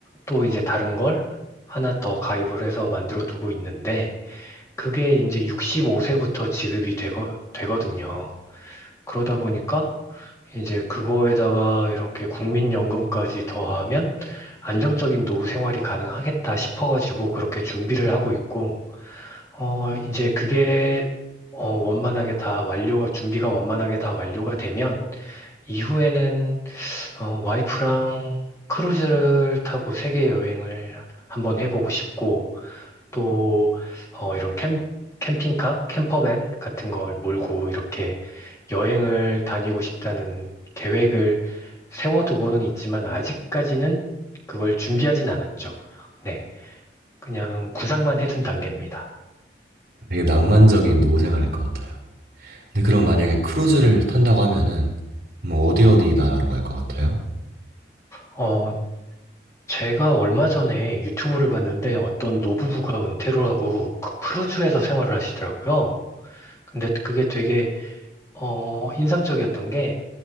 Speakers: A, on the left; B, on the right.
A: 또 이제 다른 걸 하나 더 가입을 해서 만들어 두고 있는데 그게 이제 65세부터 지급이 되거, 되거든요. 그러다 보니까 이제 그거에다가 이렇게 국민연금까지 더하면 안정적인 노후 생활이 가능하겠다 싶어가지고 그렇게 준비를 하고 있고, 어, 이제 그게 어, 원만하게 다 완료가, 준비가 원만하게 다 완료가 되면 이후에는 어, 와이프랑 크루즈를 타고 세계 여행을 한번 해보고 싶고, 또, 어, 이런 캠, 캠핑카? 캠퍼밴 같은 걸 몰고 이렇게 여행을 다니고 싶다는 계획을 세워두고는 있지만, 아직까지는 그걸 준비하진 않았죠. 네. 그냥 구상만 해둔 단계입니다.
B: 되게 낭만적인 노후 생활일 것 같아요. 근데 그럼 만약에 크루즈를 탄다고 하면은 뭐 어디 어디 나라로 갈 것 같아요?
A: 어, 제가 얼마 전에 유튜브를 봤는데 어떤 노부부가 은퇴를 하고 그 크루즈에서 생활을 하시더라고요. 근데 그게 되게 어, 인상적이었던 게